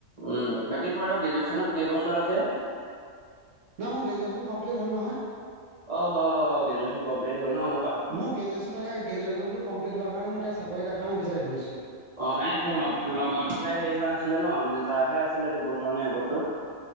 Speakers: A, on the right; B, on the right.
A: উম বাকী আৰু গ্ৰেজুৱেচনত কেইবছৰ আছে?
B: নাই মোৰ গ্ৰেজুৱেশ্যন কমপ্লিট হ'ল নহয়।
A: অহ গ্ৰেজুুৱচন কমপ্লিট হল ন ম
B: মোৰ গ্ৰেুৱেচন তাকে গ্ৰেজুৱেশ্যনটো কমপ্লিট হোৱাৰ কাৰণে মই এতিয়া চাকৰি এটাৰ কাৰনে বিচাৰি ফুৰিছো।
A: অ এই তোৰ লগ লগৰ তোৰহে হেৰি হোৱা নাছিলে ন মানে তাৰহে আছিলে দুবছৰ নে এবছৰ?